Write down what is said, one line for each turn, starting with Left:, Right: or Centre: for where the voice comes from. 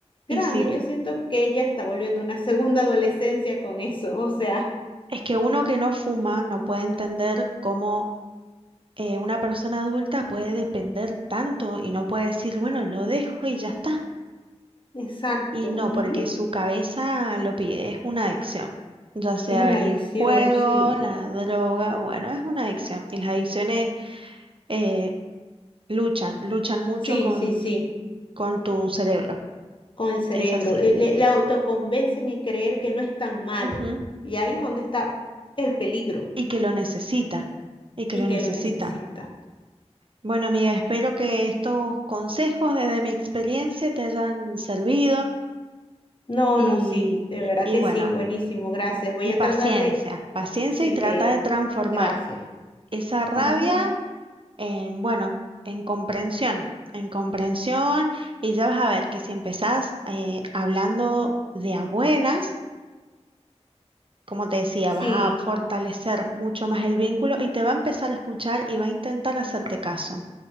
Right: y
Left: grande.
Right: sí,
Left: Yo siento que ella está volviendo una segunda adolescencia con eso. O sea,
Right: es que uno que no fuma no puede entender cómo eh, una persona adulta puede depender tanto y no puede decir, bueno, lo dejo y ya está.
Left: exacto.
Right: Y no,
Left: ujú,
Right: porque su cabeza lo pide, es una adicción. Ya sea
Left: Es una
Right: el
Left: adicción,
Right: juego,
Left: sí.
Right: la droga, bueno, es una adicción. Y las adicciones eh, luchan, luchan mucho
Left: Sí,
Right: con,
Left: sí, sí.
Right: con tu cerebro.
Left: Con el cerebro.
Right: Es así.
Left: eh, Le, le autoconvencen en creer que no es tan malo.
Right: Ujú.
Left: Y ahí es donde está el peligro
Right: Y que lo necesita, y que
Left: y
Right: lo
Left: que
Right: necesita.
Left: lo necesita.
Right: Bueno, amiga, espero que estos consejos desde mi experiencia te hayan servido
Left: No,
Right: y,
Left: no, sí. De verdad
Right: y
Left: que
Right: bueno,
Left: sí. Buenísimo. Gracias. Voy
Right: y
Left: a
Right: paciencia,
Left: tratar de.
Right: paciencia
Left: Sí,
Right: y trata
Left: de.
Right: de transformar
Left: Gracias.
Right: esa rabia
Left: ujú,
Right: en, bueno, en comprensión, en comprensión y ya vas a ver que si empezás eh, hablando de a buenas, como te decía,
Left: Sí.
Right: vas a fortalecer mucho más el vínculo y te va a empezar a escuchar y va a intentar hacerte caso.